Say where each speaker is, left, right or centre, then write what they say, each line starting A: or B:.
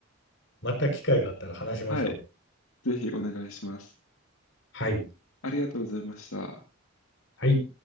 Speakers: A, on the left; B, on the left.
A: また機会があったら話しましょう。
B: はい。ぜひお願いします。
A: はい。
B: ありがとうございました。
A: はい。